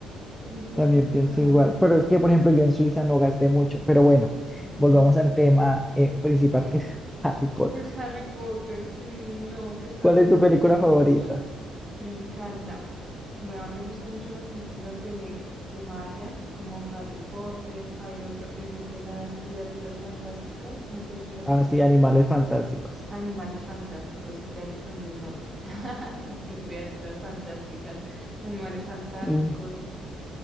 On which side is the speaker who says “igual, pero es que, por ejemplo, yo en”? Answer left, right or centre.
Centre